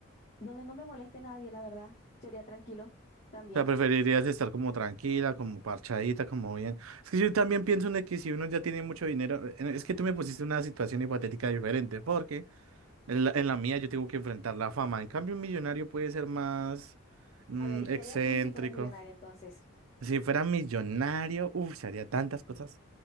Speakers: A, on the left (about 35°); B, on the right (about 75°).
A: donde no me moleste nadie, la verdad. Sería tranquilo también.
B: O sea, preferirías estar como tranquila, como parchadita, como bien. Es que yo también pienso en que si uno ya tiene mucho dinero, eh, es que tú me pusiste una situación hipotética diferente, porque en la, en la mía yo tengo que enfrentar la fama. En cambio, un millonario puede ser más mm,
A: A ver, ¿y
B: excéntrico.
A: qué harías tú si fueras millonaria entonces?
B: Si fuera millonario, uff, se haría tantas cosas.